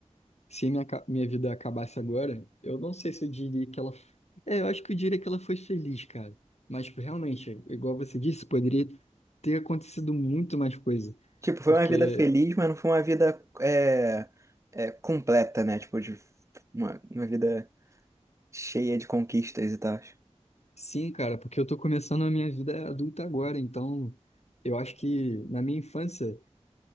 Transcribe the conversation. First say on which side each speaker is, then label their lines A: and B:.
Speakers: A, on the left; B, on the right.
A: se minha, ca- minha vida acabasse agora, eu não sei se eu diria que ela. É, eu acho que eu diria que ela foi feliz, cara. Mas tipo, realmente, igual você disse, poderia ter acontecido muito mais coisa.
B: Tipo, foi
A: Porque,
B: uma vida feliz, mas não foi uma vida é, é, completa, né? Tipo, de uma, uma vida cheia de conquistas e tal.
A: sim, cara, porque eu tô começando a minha vida adulta agora, então eu acho que na minha infância.